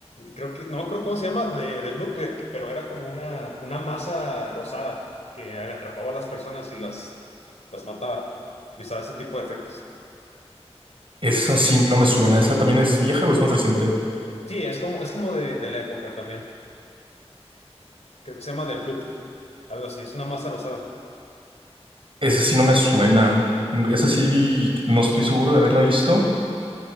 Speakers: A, on the left; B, on the right.
A: creo que, no me acuerdo cómo se llama, de, de Blue, pe- que- pero era como una, una masa rosada que atrapaba a las personas y las, las mataba. Y usaba ese tipo de efectos.
B: Esa sí no me suena, ¿esa también es vieja o es más reciente?
A: Sí, es como, es como de, de la época también. Creo que se llama The Bloop, algo así. Es una masa rosada.
B: Esa sí no me suena. Mm, Esa sí no estoy seguro de haberla visto.